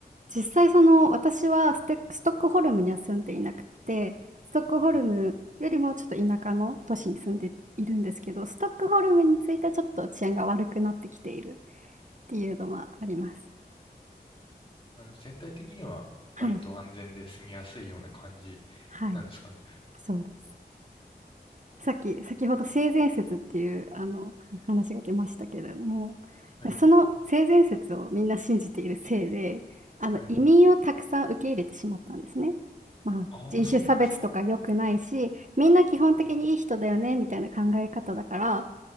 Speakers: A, on the right; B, on the left.
A: 実際その私はステストックホルムには住んでいなくて、ストックホルムよりもちょっと田舎の都市に住んでいるんですけど、
B: はい
A: ストックホルムについてはちょっと治安が悪くなってきているっていうのはあります。
B: まあ、全体的には割と安全で住みやすいような感じ
A: はい、はい、
B: なんですかね。
A: そうです。さっき、先ほど性善説っていうあの話が出ましたけれども、
B: はい。
A: その性善説をみんな信じているせいで、あの移民をたくさん受け入れてしまったんですね。
B: はい。
A: まあ、
B: ああ、
A: 人種差別とか良くないし、
B: そうなんですね。
A: みんな基本的にいい人だよねみたいな考え方だから、
B: うん